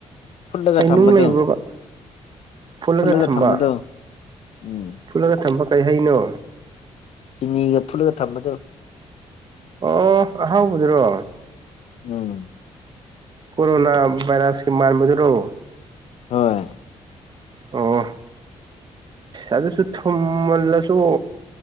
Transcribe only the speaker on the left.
ꯐꯨꯠꯂꯒ
ꯊꯝꯕꯗꯣ
ꯐꯨꯠꯂꯒ
ꯊꯝꯕꯗꯣ ꯎꯝ
ꯆꯤꯅꯤꯒ ꯐꯨꯠꯂꯒ ꯊꯝꯕꯗꯣ
ꯎꯝ
ꯍꯣꯏ